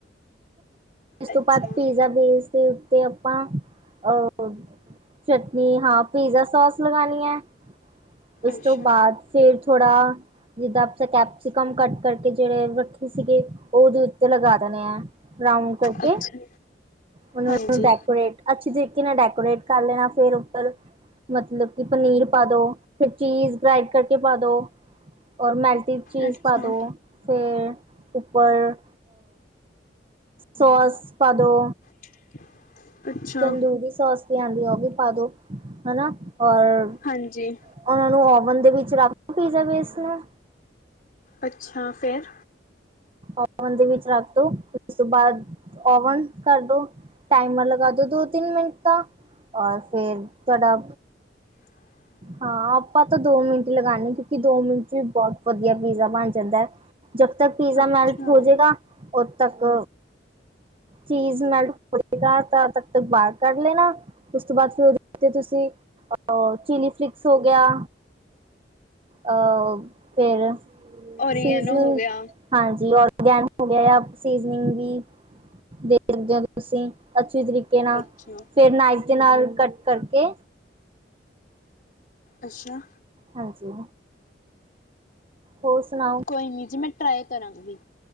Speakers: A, on the right (about 30°); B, on the left (about 50°).
A: ਇਸ ਤੋਂ
B: ਅੱਛਾ,
A: ਬਾਅਦ ਪੀਜ਼ਾ ਬੇਸਦੇ। ਤੇ ਆਪਾਂ ਅਹ ਚਟਨੀ ਹਾਂ, ਪੀਜ਼ਾ ਸੋਸ ਲਗਉਣੀ ਹੈ। ਉਸ
B: ਅੱਛਾ,
A: ਤੋਂ ਬਾਦ ਫੇਰ ਥੋੜਾ। ਜਿੱਦਾਂ ਆਪ ਕੈਪਸੀਕਮ ਕੱਟ ਕਰਕੇ ਜਿਹਵੇ ਰੱਖੀ ਸੀਗੇ, ਉਹ ਉਹਦੇ ਉੱਤੇ ਲਗਾ ਦੇਣੇ ਆ। ਰਾਊਂਡ ਕਰਕੇ,
B: ਅੱਛਾ
A: ਉਹਨਾਂ
B: ਹਾਂਜੀ
A: ਨੂੰ ਡੈਕੋਰੇਟ। ਅੱਛੀ ਤਰੀਕੇ ਨਾਲ, ਡੈਕੋਰੇਟ ਕਰ ਲੈਣਾ ਫੇਰ ਉੱਪਰ। ਮਤਲਬ ਕਿ ਪਨੀਰ ਪਾ ਦੋ, ਫੇਰ ਚੀਜ਼ ਗ੍ਰਾਇੰਡ ਕਰਕੇ ਪਾ ਦੋ। ਔਰ ਮੈਲਟੀਵ ਚੀਜ਼
B: ਅੱਛਾ,
A: ਪਾ ਦਿਉ। ਫੇਰ ਉੱਪਰ- ਸੋਸ ਪਾਦੋ।
B: <inaudible> ਅੱਛਾ
A: ਤੰਦੂਰੀ ਸੋਸ ਵੀ ਆਂਦੀ ਆ, ਉਹ ਵੀ ਪਾ ਦੋ ਹਨਾ। ਔਰ ਉਹ
B: ਹਾਂਜੀ
A: ਨੂੰ ਓਵਨ ਦੇ ਵਿੱਚ ਰੱਖ ਪੀਜ਼ਾ ਵੇਸਟ ਨੂੰ।
B: ਅੱਛਾ, ਫੇਰ।
A: ਓਵਨ ਦੇ ਵਿੱਚ ਰੱਖ ਦੋ, ਉਸ ਤੋਂ ਬਾਅਦ ਓਵਨ ਕਰਦੋ, ਟਾਈਮਰ ਲਗਾ ਦੋ। ਦੋ, ਤਿੰਨ ਮਿੰਟ ਦਾ। ਔਰ ਫੇਰ ਤੁਹਾਡਾ
B: <inaudible>
A: ਹਾਂ ਆਪਾਂ ਤਾਂ ਦੋ ਮਿੰਟ ਈ ਲਗਾਣੇ। ਕਿਉਂਕਿ ਦੋ ਮਿੰਟ ਚ ਵੀ ਬਹੁਤ ਵਧੀਆ ਪੀਜ਼ਾ ਬਣ ਜਾਂਦਾ ਐ। ਜਬ ਤੱਕ ਪੀਜ਼ਾ
B: ਅੱਛਾ
A: ਮੈਲਟ ਹੋ ਜਏਗਾ ਉਦ ਤੱਕ। ਚੀਜ਼ ਮੈਲਟ ਹੋ ਜਾਗਾ ਤਾਂ ਤ ਤ ਬਾਹਰ ਕੱਢ ਲੈਣਾ। ਉਸ ਤੋਂ ਬਾਅਦ ਫੇਰ ਉਹਦੇ ਉਤੇ ਤੁਸੀਂ, ਅਹ ਚਿਲੀ ਫਲਿਕਸ ਹੋ ਗਿਆ। ਅਹ ਫੇਰ
B: ਓਰੀਗੈਨੋ
A: ਸੀਜ਼-
B: ਹੋ ਗਿਆ
A: ਹਾਂਜੀ, ਆਰਗੈਨਿਕ ਹੋ ਗਿਆ। ਯਾ ਸੀਜ਼ਨਿੰਗ ਵੀ। ਦੇਖਦੇ ਓ ਤੁਸੀਂ ਅੱਛੀ ਤਰੀਕੇ ਨਾਲ
B: ਅੱਛਾ,
A: ਫੇਰ ਨਾਈਫ ਦੇ ਨਾਲ ਕੱਟ ਕਰ ਕੇ।
B: ਅੱਛਾ।
A: ਹਾਂਜੀ। ਹੋਰ ਸੁਣਾਓ?
B: ਕੋਈ ਨੀ ਜੀ, ਮੈਂ ਟਰਾਈ ਕਰਾਂਗੀ।